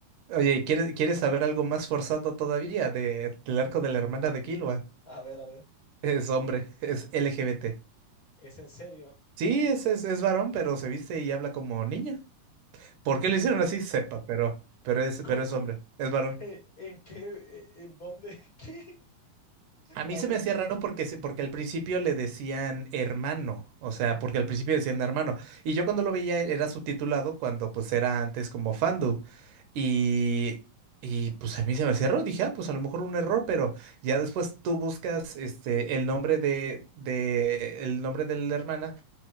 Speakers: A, on the right; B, on the left.
A: Oye, ¿quieres, quieres saber algo más forzado todavía de, del arco de la hermana de Killua?
B: A ver, a ver.
A: Es hombre, es LGBT.
B: ¿Es en serio?
A: Sí, es, es, es varón, pero se viste y habla como niña. ¿Por qué lo hicieron así? Sepa, pero, pero es,
B: ¿Cómo?
A: pero es hombre, es varón.
B: ¿En en qué? e, ¿En dónde? <laughs> ¿Qué?
A: A mí
B: A
A: se
B: ver,
A: me
B: explica.
A: hacía raro porque, se- porque al principio le decían hermano, o sea, porque al principio decían hermano. Y yo cuando lo
B: Ujú.
A: veía e, era subtitulado cuando pues era antes como fandub. Y, y pues a mí se me hacía raro, dije, ah, pues a lo mejor un error, pero ya después tú buscas este, el nombre de, de, el nombre de la hermana,